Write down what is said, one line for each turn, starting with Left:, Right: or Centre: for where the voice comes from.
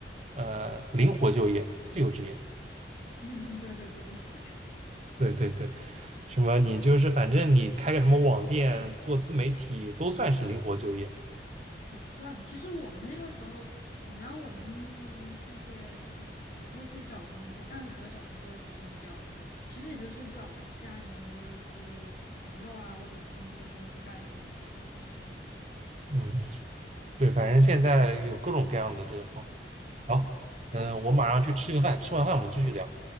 Right: 呃灵活就业、自由职业。
Left: 嗯，对对对，零花钱
Right: 对对对，什么你就是反正你开个什么网店、做自媒体都算是灵活就业。
Left: 也算。其实我们那个时候，你让我们这些就是不会去找工作，暂时不会找工作的学生交，其实也就是找家里面的这个这个朋友啊，或者是亲戚的公司盖一个章就就就完事儿了。
Right: 嗯嗯，对，反正现在有各种各样的这个方。好，嗯，我马上去吃个饭，吃完饭我们继续聊。